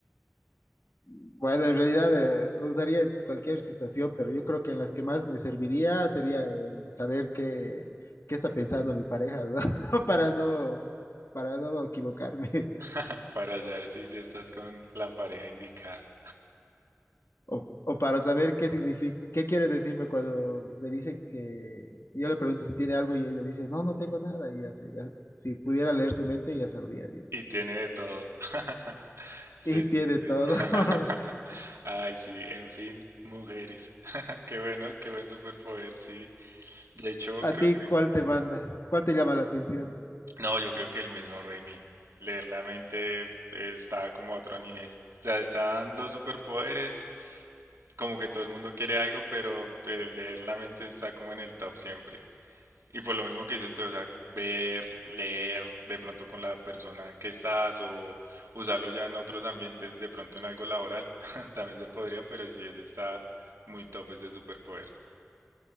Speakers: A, on the left (about 75°); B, on the right (about 75°).
A: Bueno, en realidad eh, lo usaría en cualquier situación, pero yo creo que en las que más me serviría sería eh, saber qué, qué está pensando mi pareja, ¿no? <laughs> Para no, para no equivocarme.
B: <laughs> Para saber si, si estás con la pareja indicada.
A: O, o para saber qué significa, qué quiere decirme cuando me dice que yo le pregunto si tiene algo y él me dice, no, no tengo nada. Y ya, sé, ya- si pudiera leer su mente, ya sabría, digo.
B: Y tiene de todo. <laughs> Sí,
A: Y tiene
B: sí, sí.
A: todo. <laughs>
B: <laughs> Ay, sí, en fin, mujeres. <laughs> Qué bueno, qué buen superpoder, sí. De hecho,
A: ¿A
B: creo
A: ti
B: que
A: cuál te manda? ¿Cuál te llama la atención?
B: No, yo creo que el mismo Raimi. Leer la mente está como a otro nivel. O sea, están los superpoderes, como que todo el mundo quiere algo, pero eh, leer la mente está como en el top siempre. Y por lo mismo que dices tú, o sea, ver, leer de pronto con la persona que estás o usarlo ya en otros ambientes, de pronto en algo laboral, <laughs> también se podría, pero sí, ese está muy top ese superpoder.